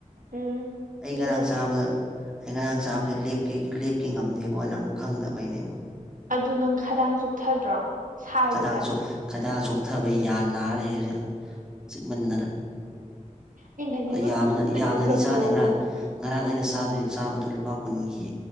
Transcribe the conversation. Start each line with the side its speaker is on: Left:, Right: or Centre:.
Right: ꯎꯝ
Centre: ꯑꯩ
Right: ꯑꯗꯨꯕꯨꯗꯤ
Centre: ꯉꯔꯥꯡ ꯆꯥꯕꯗ ꯑꯩ ꯉꯔꯥꯡ ꯆꯥꯕꯗꯣ ꯂꯦꯞꯀꯦ ꯂꯦꯞꯀꯦ ꯉꯝꯗꯦꯕꯣ ꯅꯪ ꯈꯪꯗꯕꯩꯅꯦꯕꯣ
Right: ꯑꯗꯨ ꯅꯪ ꯈꯗꯥꯡ ꯆꯣꯛꯊꯗ꯭ꯔꯣ ꯁꯥꯏꯕꯗ
Centre: ꯈꯗꯥꯡ ꯆꯣꯛ ꯈꯗꯥꯡ ꯆꯣꯛꯊꯕꯒꯤ ꯌꯥ ꯅꯥꯔ ꯂꯩꯔꯦ ꯍꯧꯖꯤꯛ ꯆꯤꯛꯃꯟꯗꯅ
Right: ꯑꯩꯅ ꯈꯜꯂꯦꯕ
Centre: ꯑꯥ ꯌꯥꯝꯅ ꯌꯥꯝꯅꯗꯤ
Right: ꯒꯗ꯭ꯔꯧ
Centre: ꯆꯥꯗꯦ ꯉꯔꯥꯡ ꯉꯔꯥꯡ ꯑꯩꯅ ꯆꯥꯗꯣꯏ ꯆꯥꯕꯗꯣ ꯂꯨꯄꯥ ꯀꯨꯟꯒꯤ